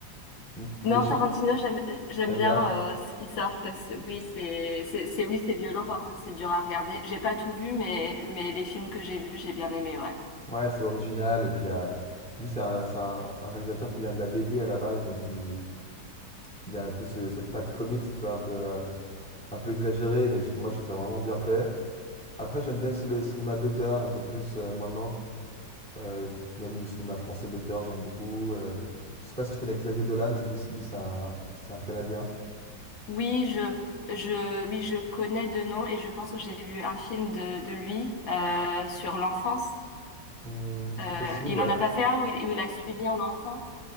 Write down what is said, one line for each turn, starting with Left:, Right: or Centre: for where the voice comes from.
Centre: M-
Left: Non,
Centre: mais
Left: Tarantino,
Centre: Oui,
Left: j'aime j'aime
Centre: t'aimes
Left: bien
Centre: bien?
Left: euh, ce qui sort parce que oui, c'est c'est c'est- oui, c'est violent parfois, c'est dur à regarder. J'ai pas tout vu, mais mais les films que j'ai vus, j'ai bien aimé, ouais.
Centre: Ouais, c'est original. Et puis, euh, lui, c'est un, c'est un- un réalisateur qui vient de la BD à la base. Donc, il, il a un peu ce- cette patte comics, tu vois, un peu, euh, un peu exagérée. Mais je- moi, je trouve ça vraiment bien fait. Après, j'aime bien aussi le cinéma d'auteur, un peu plus euh, maintenant. Euh, même le cinéma français d'auteur, j'aime beaucoup. Euh, je sais pas si tu connais Xavier Dolan. Lui, c- lui c'est un, c'est un Canadien.
Left: Oui, je je oui, je connais de nom et je pense que j'ai vu un film de de lui euh, sur l'enfance.
Centre: Hmm,
Left: Euh,
Centre: c'est possible,
Left: il
Centre: ouais.
Left: en a pas fait un où il, où il a suivi un enfant.